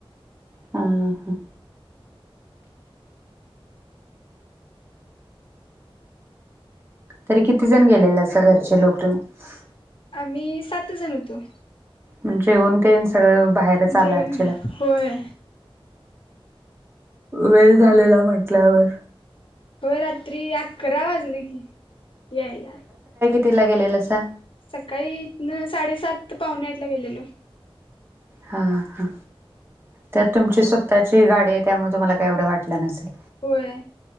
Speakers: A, on the right (about 25°); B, on the left (about 65°).
A: हा हा तरी किती जण गेलेल्यासा घरचे लोक तुम्ही
B: आम्ही सात जण होतो.
A: म जेवण तेन सगळं बाहेरच आला
B: जेवण
A: आचीला
B: होय
A: वेळ झालेला म्हटल्यावर
B: होय रात त्री अकरा वाजले की यायला.
A: कीतिला गेलेलासा?
B: सकाळी इथन साडेसात, पावणेआठला गेलेलो.
A: हा हा तर तुमची स्वतःची गाडी आहे त्यामध्य तुम्हाला काय एवढं वाटलं नसेल.
B: होय